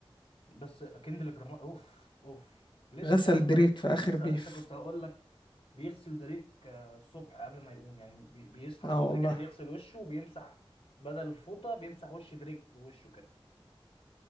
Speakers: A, on the left; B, on the left.
A: بس كندريك لامار اوف اوف لسه
B: غسل
A: يا
B: دريك
A: اسطى
B: في آخر
A: لسه
B: بيف
A: لسه كنت هقول لك بيغسل دريك آه، الصبح قبل ما يقوم يعني بي- بيصحى الصبح
B: اه والله
A: كده بيغسل وشه وبيمسح بدل الفوطه بيمسح وش دريك بوشه كده